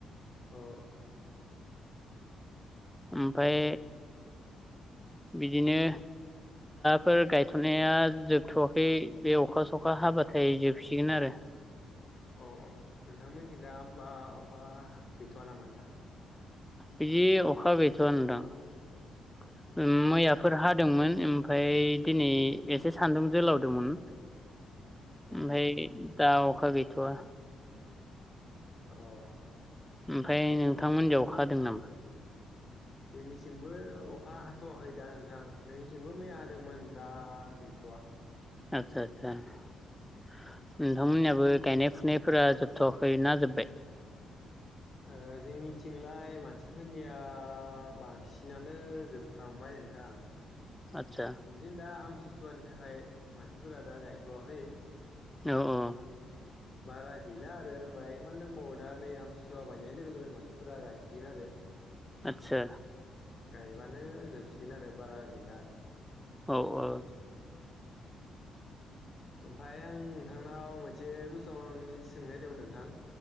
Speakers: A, on the left; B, in the centre.
A: औ
B: ओमफ्राय बिदिनो
A: अह
B: फोर गायथ'नाया जोबथ'वाखै बे अखा सखा हाबाथाय जोबसिगोन आरो
A: अ औ नोंथांमोनथिं दा होमबा अखा गैथ'वा नामा नोंथां?
B: बिदि अखा गैथ'आ नोंथां मैयाफोर
A: अ
B: हादोंमोन ओमफ्राय दिनै एसे सान्दुं जोलावदोंमोन
A: अ
B: ओफाय
A: अ
B: दा अ खा गैथ'आ
A: अह
B: ओमफ्राय नोंथांमोनजों अखाहादों नामा?
A: जोंनिथिंबो अखा हाथ'वाखै दा नोंथां जोंनिथिंबो मैया हादोंमोन दा गैथ'वा
B: आतसा आतसा नोंथांमोनहाबो गायनाय फुनाय फोरा जोबथ'आखै ना जोब्बाय?
A: ओ जोंनिथिंलाय मानसिफोरनिया बांसिनानो जोबफ्रामबाय नोंथां।
B: आदसा
A: बिदिनो दा आमथिसुवानि नि थाखाय मानसिफोरा दा गायथ'वाखै
B: औ औ
A: बारा गैला आरो बाय मा दंबावो दा नै आमथिसुवा बायनाय लोगो लोगोन मानसिफोरा गायसिगोन आरो
B: आतसा
A: गायबानो जोबसिगोन आरो बारा गैला आरो
B: औ औ
A: ओम फाय आं नोंथांनाव मोनसे कुइसन सोंनो नागिरदोंमोन नोंथां